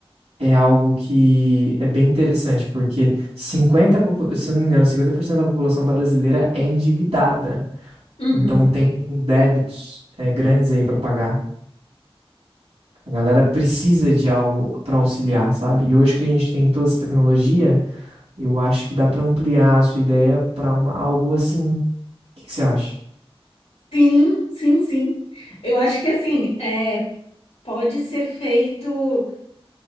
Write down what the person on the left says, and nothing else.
uhum.
Sim, sim, sim. Eu acho que assim, é, pode ser feito